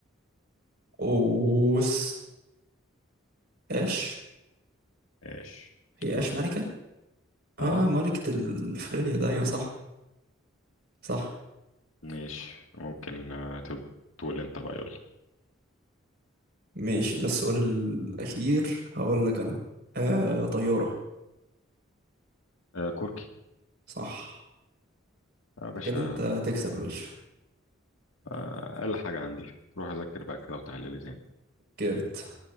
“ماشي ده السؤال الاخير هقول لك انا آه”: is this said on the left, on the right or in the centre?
Right